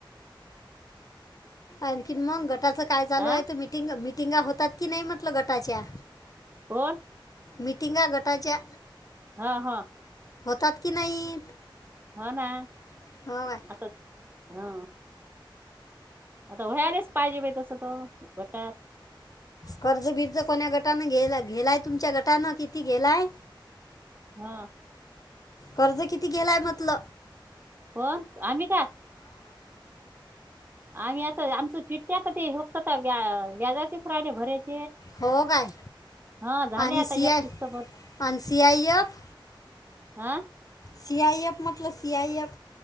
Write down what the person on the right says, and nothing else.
आ
कोण
हा हा
हा ना
आता हा आता वयालेच पाहिजे बा तसं तर गटात
हा
पण आम्ही का आम्ही आता आमच चिठठ आता ते फक्त व व्याजाचेच राहिले भरायचे
हा झाले
आता
एक किस्त
आ